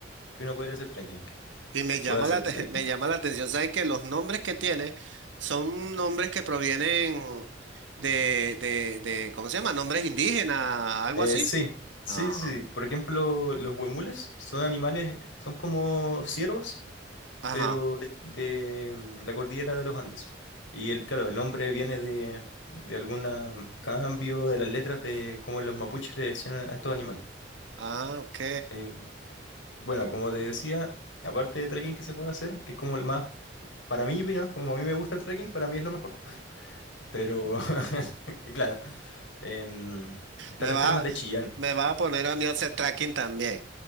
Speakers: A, on the left (about 85°); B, on the right (about 80°).
A: Que uno puede ir a hacer trekking.
B: Y me llama
A: Puede hacer
B: la, te-
A: trekking
B: <laughs> me llama la atención, ¿sabes? Que los nombres que tiene son nombres que provienen de, de, de, ¿cómo se llama? Nombres indígenas, algo
A: Eh,
B: así.
A: sí, sí,
B: ah
A: sí, sí. Por ejemplo, los huemules son animales, son como ciervos,
B: Ajá.
A: pero de, de mm, la cordillera de los Andes. Y el, claro, el nombre viene de, de algún cambio de las letras de cómo los mapuches le decían a estos animales.
B: Ah, ok.
A: Eh, bueno, como te decía, aparte de trekking que se puede hacer, que es como el más, para mí, ¿no? como a mí me gusta el trekking, para mí es lo mejor. Pero, <laughs> claro, em, están
B: Me
A: las
B: va,
A: termas de Chillán.
B: me va a poner a mí a hacer tracking también.